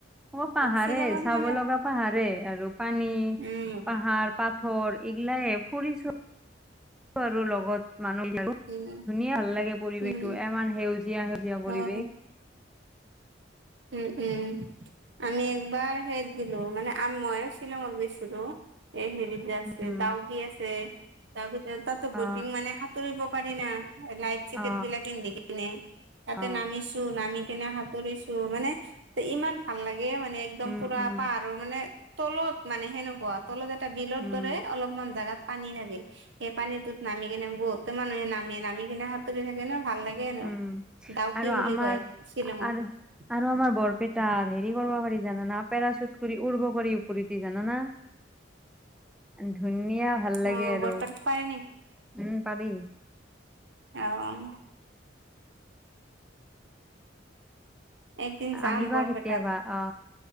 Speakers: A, in the centre; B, on the right.
A: অ' পাহাৰে
B: শ্বিলঙত
A: চাব
B: মানে
A: লগা পাহাৰে আৰু পানী
B: উম
A: পাহাৰ পাথৰ এইগিলাই ফুৰিছোঁ আৰু লগত। মানুহ ধুনীয়া
B: উম
A: ভাল লাগে পৰিৱেশটো
B: উম
A: ইমান সেউজীয়া সেউজীয়া পৰিৱেশ।
B: অ উম -উম আমি একবাৰ সেইত গেলো মানে ময়ো শ্বিলঙত গৈছিলো এই হেৰি যে আছে
A: উম
B: ডাউক আছে তাৰ ভিতৰত তাতো
A: অ
B: বটিং মানে সাঁতুৰিব পাৰি হৈনা লাই জেট
A: অ
B: বিলাক পিন্ধি কিনে তাতে
A: অ
B: নামিছো নামি কিনে সাঁতুৰি ত মানে ইমান ভাল লাগে মানে একদম
A: উম
B: পুৰা
A: উম
B: পাহাৰৰ মানে। তলত মানে সেনেকুৱা তলত এটা বিলৰ
A: উম
B: দৰে অলপমান জোগাত পানী থাকে সেই পানীতটোত নামি কিনে বহুতো মানুহে নামে নামি কিনে হাততে থাকে ন <unintelligible> ভাল লাগে ন
A: উম
B: ডাউকি
A: আৰু
B: বুলি
A: আমাৰ
B: কয় শ্বিলঙত
A: আৰু
B: <unintelligible>
A: আৰু আমাৰ বৰপেটাত হেৰি কৰিব পাৰি জানানা পেৰাশুট কৰি উৰ্বকাৰী ওপৰিদি জানাানা <unintelligible>
B: <inaudible>
A: ধুনীয়া ভাল লাগে
B: অ
A: আৰু
B: বৰপেটাত পাৰে
A: উম পাৰি
B: আহ একদিন যাম
A: আহিবা
B: বৰপেটাত
A: কেতিয়াবা অ